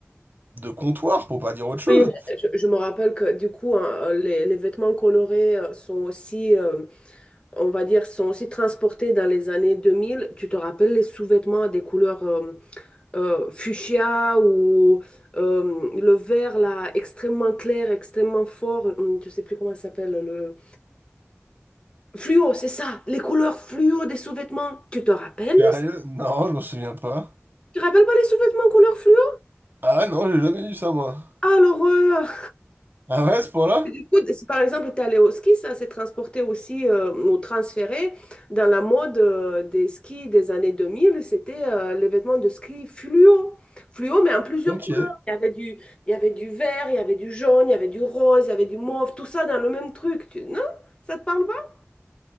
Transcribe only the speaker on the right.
de comptoir, pour pas dire autre chose.
Sérieux?
Non, je m'en souviens pas.
Ah non, j'ai jamais vu ça, moi.
Ah ouais, à ce point-là?
Ok.